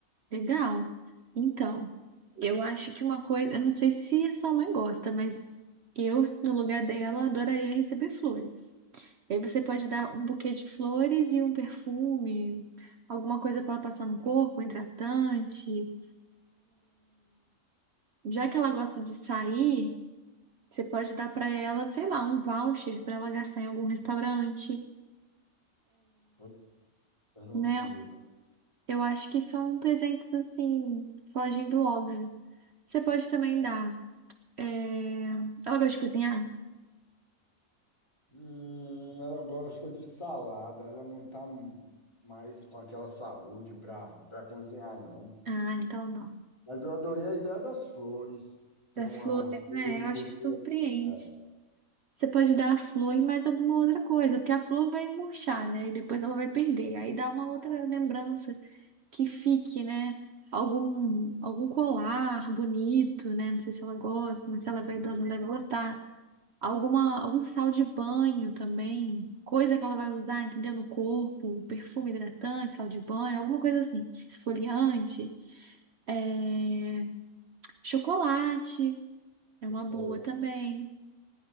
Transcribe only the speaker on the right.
Legal. Então, eu acho que uma coisa, eu não sei se a sua mãe gosta, mas eu, no lugar dela, adoraria receber flores. E aí você pode dar um buquê de flores e um perfume, alguma coisa para ela passar no corpo, um hidratante. Já que ela gosta de sair, você pode dar para ela, sei lá, um voucher para ela gastar em algum restaurante,
né? Eu acho que são presentes assim, fogem do óbvio. Você pode também dar. é, Ela gosta de cozinhar?
Ah, então não.
As
flores, né?
Eu acho que surpreende.
Você pode dar a flor e mais alguma outra coisa, porque a flor vai murchar, né? E depois ela vai perder. Aí dá uma outra lembrança que fique, né? Algum, algum colar bonito, né? Não sei se ela gosta, mas se ela vai idosa, não deve gostar. alguma, algum sal de banho também, coisa que ela vai usar, entendeu? No corpo, perfume hidratante, sal de banho, alguma coisa assim, esfoliante, é, chocolate é
uma boa também.